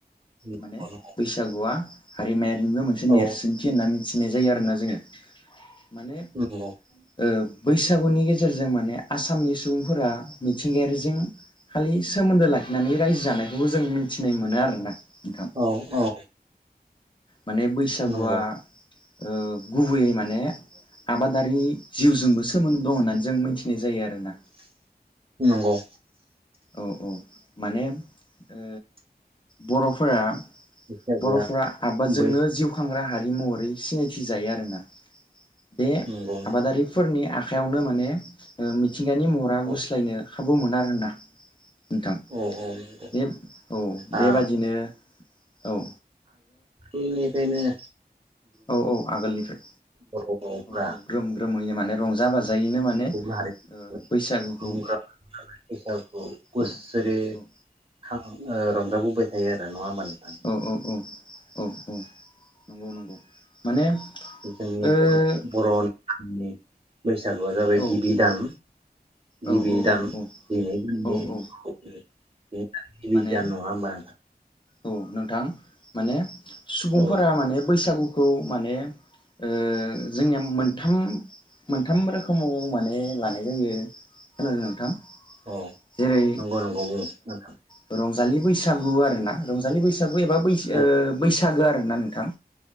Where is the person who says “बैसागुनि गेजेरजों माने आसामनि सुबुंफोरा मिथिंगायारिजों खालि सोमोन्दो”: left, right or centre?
Left